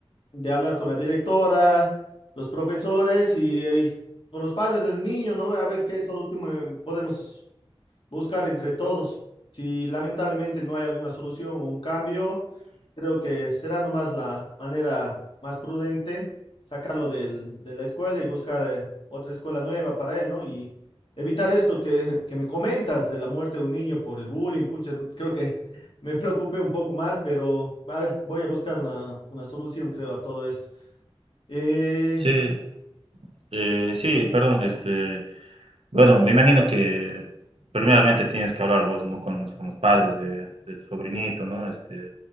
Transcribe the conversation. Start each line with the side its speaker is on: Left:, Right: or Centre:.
Left: de hablar con la directora, los profesores y, eh, con los padres del niño, ¿no? A ver qué solución eh, podemos buscar entre todos. Si lamentablemente no hay alguna solución o un cambio, creo que será nomás la manera más prudente sacarlo del- de la escuela y buscar eh, otra escuela nueva para él, ¿no? Y evitar esto que, que me comentas de la muerte de un niño por el bullying. Pucha, creo que <laughs> me preocupé un poco más, pero a ver, voy a buscar una, una solución, creo, a todo esto. Eh,
Right: Sí, eh, sí, perdón, este, bueno, me imagino que primeramente tienes que hablar vos, ¿no? Con los, con los padres de, de tu sobrinito, ¿no? Este,